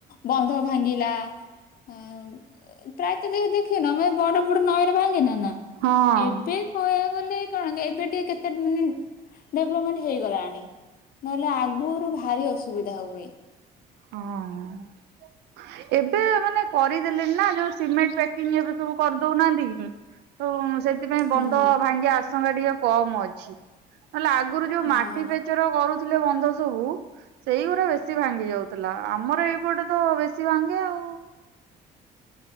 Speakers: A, on the left (about 60°); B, on the right (about 85°).
A: ବନ୍ଧ ଭାଙ୍ଗିଲା। ଆଁ ପ୍ରାୟତଃ ଦେ ଦେଖିନ ମୁ ବଡ ବଡ ନଈରେ ଭାଙ୍ଗେନା ନା।
B: ହଁ
A: ଏବେ କହିବା ଗଲେ କଣ ଏବେ ଟିକେ କେତେ ମାନେ ଡେବ୍ଲୋମେଣ୍ଟ ହେଇଗଲାଣି ନହେଲେ ଆଗରୁ ଭାରି ଅସୁବିଧା ହୁଏ।
B: ହଁ ଏବେ ମାନେ କରିଦେଲେ ନା ଯୋଉ ସିମେଣ୍ଟ ପ୍ୟାକିଙ୍ଗ ଏବେ ସବୁ କରି ଦଉନାହାନ୍ତି କି ତ ସେଥିପାଇଁ
A: ହୁଁ।
B: ବନ୍ଧ ଭାଙ୍ଗି ଆସ ସଂଖ ଟିକେ କମ୍ ଅଛି। ନହେଲେ ଆଗରୁ ଯୋଉ
A: ହଁ।
B: ମାଟି ପେ କରୁଥିଲେ ବନ୍ଧ ସବୁ ସେଇଗୁଡା ବେଶୀ ଭାଙ୍ଗି ଯାଉଛି। ଥିଲା ଆମର ଏଇପଟେ ତ ବେଶୀ ଭାଙ୍ଗେ ଆଉ।